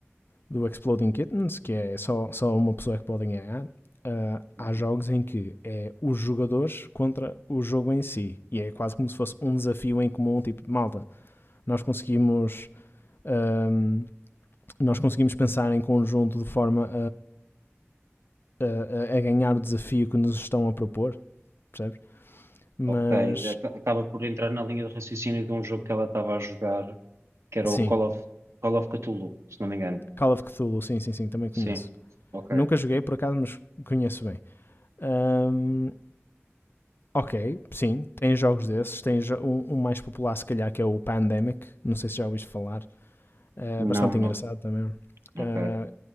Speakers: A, on the left; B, on the right.
A: do Exploding Kittens, que é só, só uma pessoa é que pode ganhar, ah, há
B: uhum.
A: jogos em que é os jogadores contra o jogo em si. E é quase como se fosse um desafio em comum, tipo, malta, nós conseguimos, ahm, nós conseguimos pensar em conjunto de forma a, a- a ganhar o desafio que nos estão a propor, percebes? Mas,
B: Ok, Ac- acaba por entrar na linha de raciocínio de um jogo que ela estava a jogar, que era
A: sim,
B: o Call of, Call of Cthulhu, se não me engano.
A: Call of Cthulhu, sim, sim, sim, também
B: Sim,
A: conheço.
B: ok.
A: Nunca joguei por acaso, mas conheço bem. Ahm, ok, sim, tem jogos desses. Tem jo- um, um mais popular, se calhar, que é o Pandemic. Não sei se já ouviste falar. É
B: Não,
A: bastante
B: não,
A: engraçado também.
B: ok.
A: Ah,